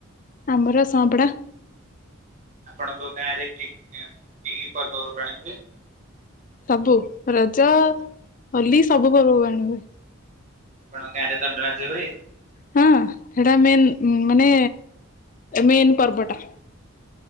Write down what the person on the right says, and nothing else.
ଆପଣଙ୍କ ଗାଁରେ କି କି କି ପର୍ବପର୍ବାଣିୀ ହୁଏ।
ଆଣଙ୍କ ଗାଁରେ ଦଣ୍ଡନାଚ ହୁଏ?